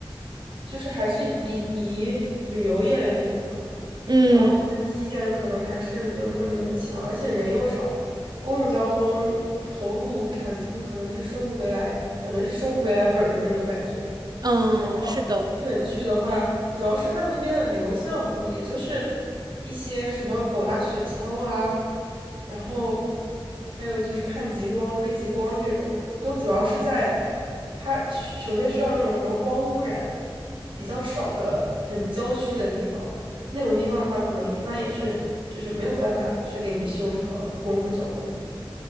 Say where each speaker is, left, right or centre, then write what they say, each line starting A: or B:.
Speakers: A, on the right; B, on the right.
A: 就是还是以以旅游业为主嘛，
B: 嗯
A: 然后它的基建可能还是没有那么的强，而且人又少，公共交通投入产出可能是收不回来，感觉是收不回来本儿的那种感觉。
B: 嗯，
A: 然后
B: 是的，
A: 基本去的话，主要是他们那边的旅游项目，也就是一些什么狗拉雪橇啊，然后还有就是看极光、追极光这种，都主要是在它需首先需要那种什么光污染比较少的、很郊区的地方，那种地方的话，可能一般也是就是没有办法去给你修什么公共交通。